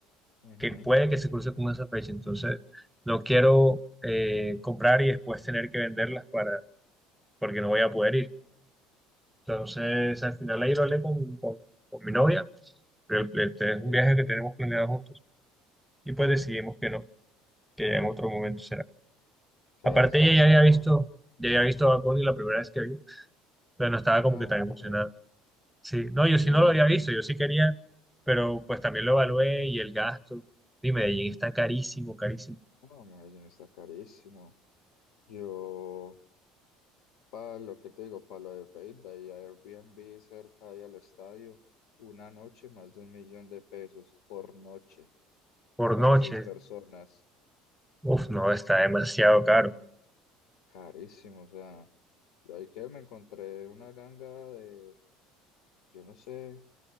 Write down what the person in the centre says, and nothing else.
que puede que se cruce con esa fecha. Entonces, no quiero eh, comprar y después tener que venderlas para, porque no voy a poder ir. Entonces, al final ahí lo hablé con, con, con mi novia, pero el- este es un
viaje que tenemos planeado juntos y pues decidimos que no, que ya en otro momento será.
Aparte,
ella
ya
había visto, ya había visto a Bad Bunny la primera vez que vino, pero no estaba como
que tan
emocionada. Sí, no, yo
sí no lo había visto, yo sí quería, pero pues también lo evalué
y el gasto. Y Medellín está carísimo, carísimo
por
noche.
Uf, no, está demasiado caro.